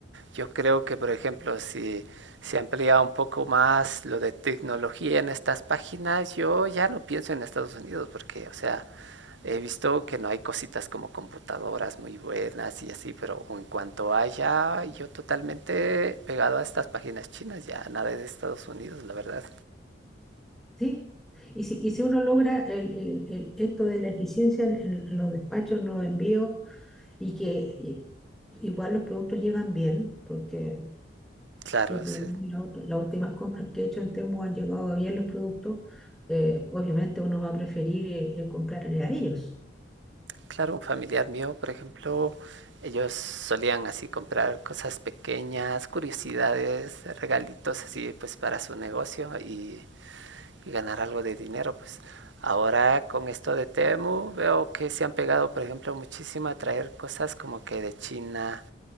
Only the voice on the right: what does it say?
Yo creo que, por ejemplo, si se amplía un poco más lo de tecnología en estas páginas, yo ya no pienso en Estados Unidos porque, o sea, he visto que no hay cositas como computadoras muy buenas y así, pero en cuanto haya, yo totalmente pegado a estas páginas chinas, ya nada de Estados Unidos, la verdad.
Claro,
es
Claro, un familiar mío, por ejemplo, ellos solían así comprar cosas pequeñas, curiosidades, regalitos así pues para su negocio y, y ganar algo de dinero, pues. Ahora con esto de Temu veo que se han pegado, por ejemplo, muchísimo a traer cosas como que de China